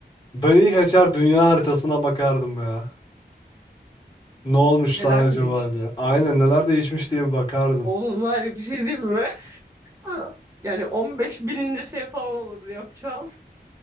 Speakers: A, on the left; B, on the right.
A: Ben ilk açar dünya haritasına bakardım ya. Ne olmuş
B: Neler
A: lan acaba
B: mi değişmişti?
A: diye. Aynen neler değişmiş diye bir bakardım.
B: Oğlum var ya bir şey değil mi? <laughs> Yani 15 bininci şey falan olurdu yapacağım.